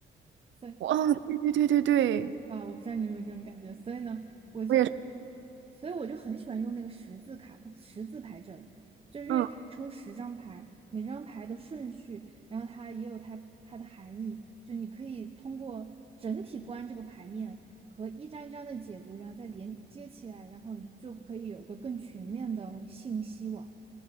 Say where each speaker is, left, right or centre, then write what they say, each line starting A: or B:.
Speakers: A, on the right; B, on the right.
A: 所以
B: 哦，对对对对对，
A: 啊，我不知道你有没有这种感觉，所以呢，我就，
B: 我也是，
A: 所以我就很喜欢用那个十字卡、十字牌阵，就是因为可以抽十张牌，
B: 嗯，
A: 每张牌的顺序，然后它也有它它的含义，就你可以通过整体观这个牌面和一张一张的解读，然后再连接起来，然后你就可以有一个更全面的信息网。